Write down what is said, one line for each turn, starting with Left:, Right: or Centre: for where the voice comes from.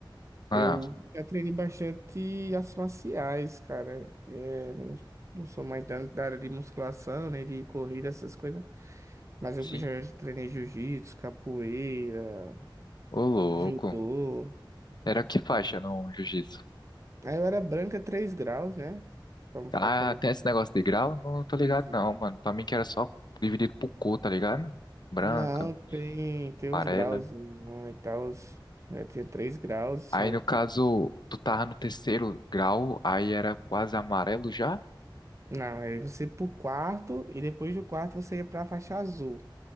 Left: ah,
Right: Eu já treinei bastante artes marciais, cara. É, não, não sou mais da, da área de musculação, nem de corrida, essas coisas. Mas
Left: sim,
Right: eu já treinei jiu-jitsu, capoeira,
Left: ô louco.
Right: judô.
Left: Era que faixa no jiu-jitsu?
Right: Aí eu era branca 3 graus, né? Então praticamente
Left: Ah, tem esse negócio de grau? Não tô ligado
Right: fiz.
Left: não, mano. Pra mim que era só dividido por cor, tá ligado? Branca,
Right: Não, tem, tem
Left: amarela.
Right: uns graus né, e tal. Eu tinha 3 graus, são
Left: Aí no caso,
Right: quase.
Left: tu tava no terceiro grau, aí era quase amarelo já?
Right: Não, aí você ia pro quarto e depois do quarto você ia pra faixa azul.